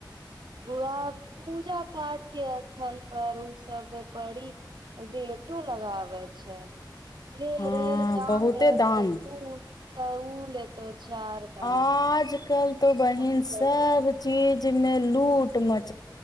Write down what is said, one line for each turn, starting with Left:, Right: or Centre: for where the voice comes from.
Right: अआ पूजा पाठ के स्थल पर उ सब बड़ी रेटो लगाबे छै एब
Left: हँ
Right: रे काम
Left: बहुते
Right: रह
Left: दाम
Right: तू तऽ उ लेत चार दाम
Left: आजकल तो बहिन
Right: बड़ी
Left: सब चीज मे लूट मच